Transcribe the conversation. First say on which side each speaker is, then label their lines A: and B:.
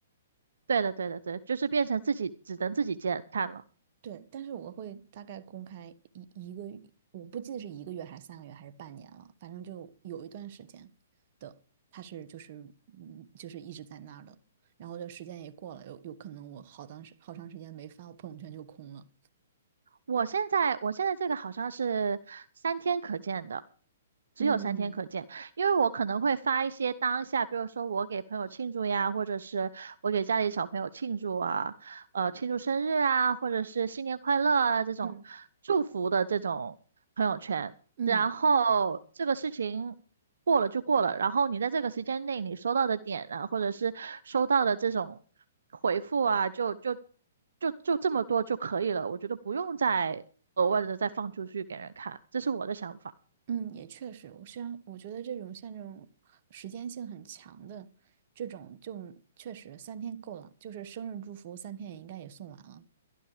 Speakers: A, on the right (about 75°); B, on the right (about 50°).
A: 对的，对的，对的就是变成自己只能自己见看了。
B: 对，但是我会大概公开一一个，我不记得是一个月还是三个月还是半年了，反正就有一段时间的，他是就是嗯就是一直在那儿的，然后这时间也过了，有有可能我好当时好长时间没发，我朋友圈就空了。
A: 我现在我现在这个好像是三天可见的，只有三天可见，
B: 嗯
A: 因为我可能会发一些当下，比如说我给朋友庆祝呀，或者是我给家里小朋友庆祝啊，呃，庆祝生日啊，或者是新年快乐啊这种祝福的这种朋友圈。
B: 嗯嗯
A: 然后这个事情过了就过了，然后你在这个时间内你收到的点啊，或者是收到的这种回复啊，就就就就这么多就可以了，我觉得不用再额外的再放出去给人看，这是我的想法。
B: 嗯，也确实，我虽然我觉得这种像这种时间性很强的这种，就确实三天够了，就是生日祝福三天也应该也送完了